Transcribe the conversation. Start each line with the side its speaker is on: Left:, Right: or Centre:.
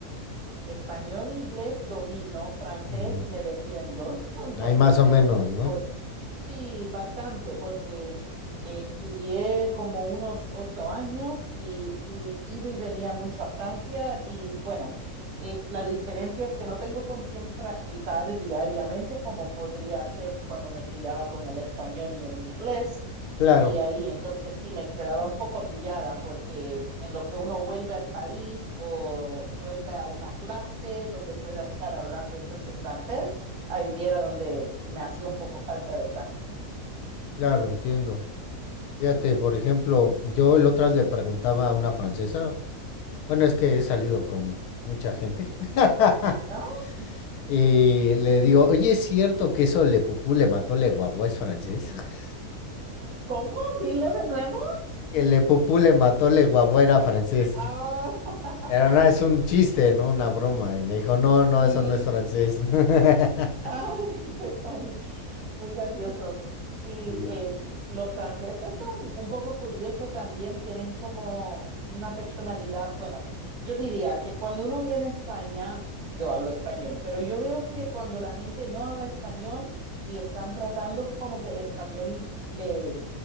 Right: Español, inglés domino, francés
Left: Ujú.
Right: me defiendo, <laughs>
Left: Hay
Right: porque
Left: más o
Right: creo
Left: menos,
Right: que sí
Left: ¿no?
Right: voy. Sí, bastante, porque eh, estudié como unos ocho años y, y iba y venía mucho a Francia y bueno, es, la diferencia es que no tengo con quién practicar diariamente como podría hacer cuando me criaba con el español y el inglés.
Left: Claro,
Right: Y ahí entonces sí me quedaba un poco pillada porque en lo que uno vuelve al país o vuelve a una clase donde pueda estar hablando entonces francés, ahí era donde me hacía un poco falta de práctica.
Left: claro, entiendo. Fíjate, por ejemplo, yo el otro día le preguntaba a una francesa. Bueno, es que he salido con mucha gente. <laughs>
Right: ¿No?
Left: Y le digo, oye, ¿es cierto que eso Le Pupú le mató Le Guagua es francés? <laughs>
Right: ¿Cómo? Dilo de nuevo.
Left: Que Le Pupú le mató Le Guagua era francés.
Right: Ah,
Left: Pero no, es un chiste, ¿no? Una broma. Y me dijo, no,
Right: <laughs>
Left: no,
Right: sí.
Left: eso no es francés. <laughs>
Right: Ay, qué funny. Muy gracioso. Sí,
Left: Sí.
Right: eh, los franceses son un poco curiosos también, tienen como una personalidad, bueno, yo diría que cuando uno viene a España, yo hablo español, pero yo veo que
Left: Ujú,
Right: cuando la gente no habla español y están tratando como que el español le,